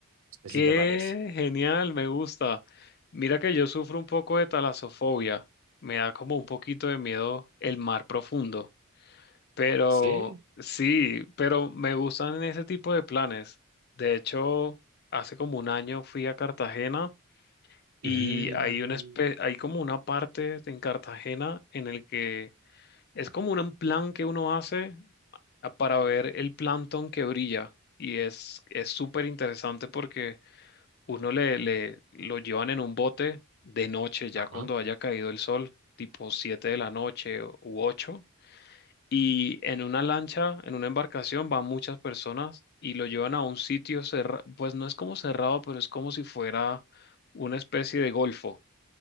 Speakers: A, on the right; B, on the left.
A: sé
B: Qué
A: si te parece.
B: genial, me gusta. Mira que yo sufro un poco de talasofobia. Me da como un poquito de miedo el mar profundo. Pero
A: Sí.
B: sí, pero me gustan ese tipo de planes. De hecho, hace como un año fui a Cartagena. Y
A: Mm.
B: hay una espe- hay como una parte en Cartagena en el que es como un plan que uno hace a- para ver el plancton que brilla. Y es es súper interesante porque uno le, le lo llevan en un bote de noche, ya
A: Ajá.
B: cuando haya caído el sol, tipo 7 de la noche o- u 8. Y en una lancha, en una embarcación, van muchas personas y lo llevan a un sitio cerrado, pues no es como cerrado, pero es como si fuera una especie de golfo